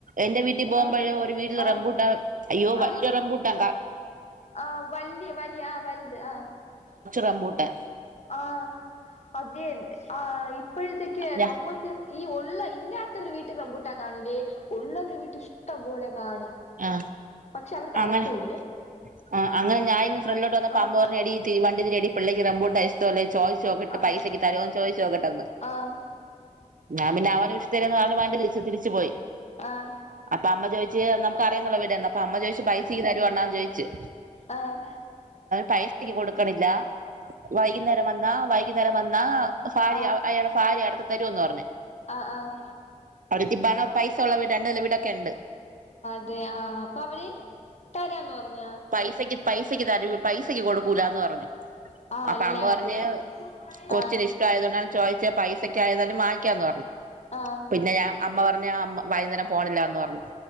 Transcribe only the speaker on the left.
ആഹ്
ആഹ്
ആഹ്
ആഹ് വല്ിയ വല് ആ വ അതെ ആഹ
ആഹ് അത്യ ആഹ ഇപ്പോഴത്തേക്ക്
നമക്ക് ഈ ഉള്ള ഇന്നകത്തവർ വീട്ടിൽ കമ്പൂട്ടാൻ കാണൂലേ ഉള്ളവര് വീട്ട ഇഷ്ടം പോലെ കാണും
പക്ഷെ അവര് തരത്തൂല്ല
ആഹ്
ആഹ്
ആഹ്
ആഹ്
ആഹ
ആഹ് ആഹ്
ആഹ് ആഹ്
അതെ ആഹ അപ്പൊ അവര് തരാന്ന് പറഞ്ഞ
ആഹ്
അല്ലാതെ
ആഹ്
ആഹ്